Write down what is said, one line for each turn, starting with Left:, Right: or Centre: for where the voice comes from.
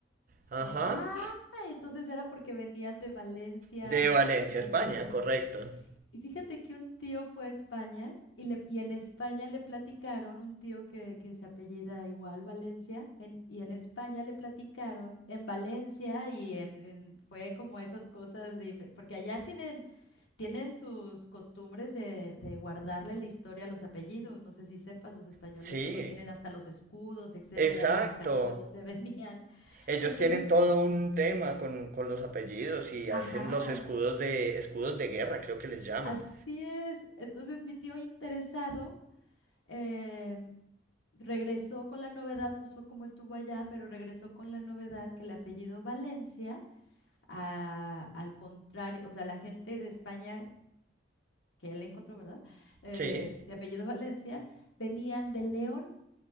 Right: Ajá.
Left: Ah, entonces era porque venían de Valencia
Right: De Valencia, España,
Left: aquello.
Right: correcto.
Left: Y fíjate que un tío fue a España y, le, y en España le platicaron, un tío que, que se apellida igual Valencia, en, y en España le platicaron, en Valencia y en, en- fue como esas cosas, de inve- porque allá tienen Tienen sus costumbres de, de guardarle la historia a los apellidos. No sé si sepas, los españoles
Right: Sí,
Left: luego tienen hasta los escudos, etcétera,
Right: exacto.
Left: de las casas de donde <laughs> venían.
Right: Ellos
Left: Entonces,
Right: tienen todo un tema con, con los apellidos y
Left: ajá,
Right: hacen los escudos de, escudos de guerra, creo que les llaman.
Left: así es. Entonces, mi tío interesado em, regresó con la novedad, no sé cómo estuvo allá, pero regresó con la novedad que el apellido Valencia, a- al contrario, o sea, la gente de España que él encontró, ¿verdad? Eh,
Right: Sí.
Left: de apellido Valencia, venían de León.